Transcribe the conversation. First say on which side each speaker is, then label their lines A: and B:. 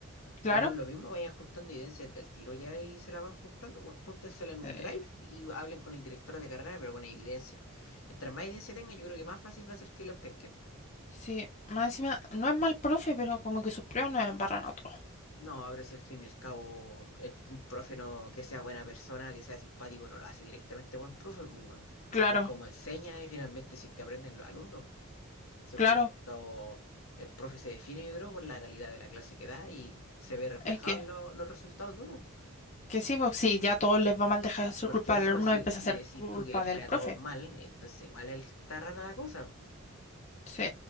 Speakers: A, on the left (about 35°); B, on the left (about 70°).
A: Claro.
B: Pero por lo mismo vayan juntando evidencias del tiro ya y se la van juntando. Bueno, Júntensela en un
A: eh,
B: drive y hablen con el director de carrera, pero con evidencia. Mientras más evidencia tenga, yo creo que más fácil va a ser que los pesquen.
A: Sí, más encima, no es mal profe, pero como que sus pruebas nos embarran a todos.
B: No, pero si al fin y al cabo el, un profe no, que sea buena persona, que sea simpático, no lo hace directamente buen profe, pues, weón.
A: Claro,
B: Es como enseña y finalmente si es que aprenden los alumnos. pues. Si
A: claro,
B: al fin y al cabo el profe se define, yo creo, por la calidad de la clase que da y se ve reflejado
A: es que,
B: en lo- los resultados de uno.
A: que sí, pues sí, ya a todos les va mal, dejar de ser
B: Porque
A: culpa
B: eso,
A: del alumno
B: si,
A: y empieza
B: si
A: a ser
B: decís
A: culpa
B: tú que les
A: del
B: fue a
A: profe.
B: todos mal, entonces igual es está rara la cosa. pues.
A: Sí.